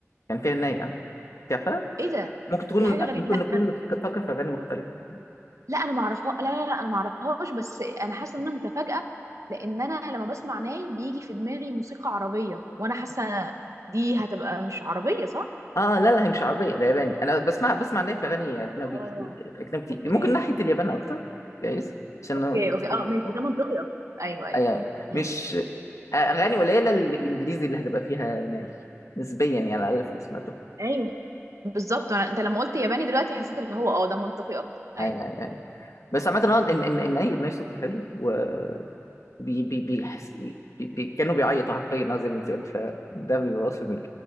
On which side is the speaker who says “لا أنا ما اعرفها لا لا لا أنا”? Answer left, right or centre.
Right